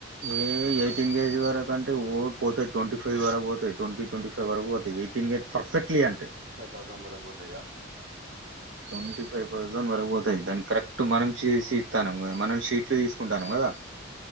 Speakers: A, on the right (about 65°); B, on the right (about 50°).
A: ఏ ఎయిటీన్ కేజ్ వరకు అంటే ఓ పోతాయి ట్వంటీ ఫైవ్ వరకు పోతాయి ట్వంటీ ట్వంటీ ఫైవ్ వరకు పోతయి ఎయిటీన్ గజ్ పర్ఫెక్ట్లీ అంటే
B: సటాన్ వరకు పోతయ్ కదా
A: ట్వంటీ ఫైవ్ థౌసండ్ వరకు పోతయ్ దాని కరెక్ట్ మనం చేసి ఇస్తనం కదా మనం షీట్లు తీసు కుంటాం కదా